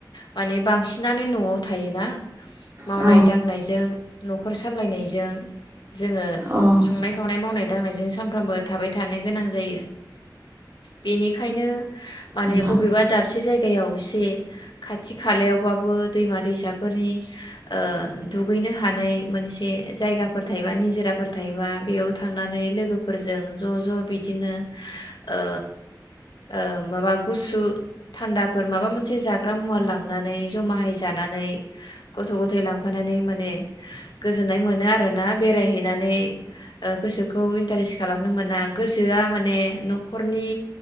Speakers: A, on the left; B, on the right.
A: माने बांसिनानो न'आव थायोना मावनाय
B: औ
A: दांनायजों न'खर सामलायनाय जों जोङो
B: औ
A: संनाय खावनाय मावनाय दांनायजों सामफ्रामबो थाबाय थानो गोनां जायो। बेनिखायनो माने
B: नोंथां
A: बबेबा दाबसे जायगायाव एसे खाथि खालायावबाबो दैमा दैसाफोरनि ओ दुगैनो हानाय मोनसे जायगाफोर थायोबा निजिराफोर थायोबा बेयाव थांनानै लोगोफोरजों ज' ज' बिदिनो ओ ओ माबा गुसु थान्दाफोर माबा मोनसे जाग्रा मुवा लां नानै ज'माहाय जानानै ग'थ' ग'थाय लांफानानै माने गोजोन्नाय मोनो आरो ना बेरायहै नानै ओ गोसो गौ इन्टारेस्ट खालामनो मोना गोसोआ माने न'खरनि